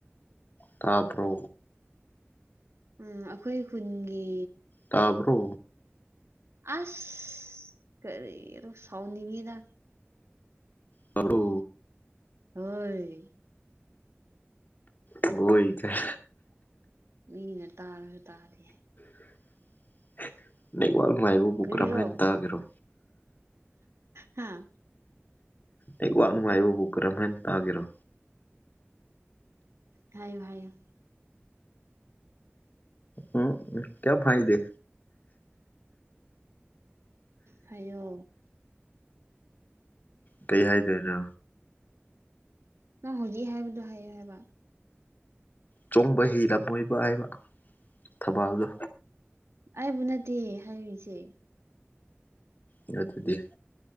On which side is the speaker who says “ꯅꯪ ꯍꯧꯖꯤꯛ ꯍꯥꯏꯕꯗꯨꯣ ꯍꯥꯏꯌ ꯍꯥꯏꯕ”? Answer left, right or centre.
Right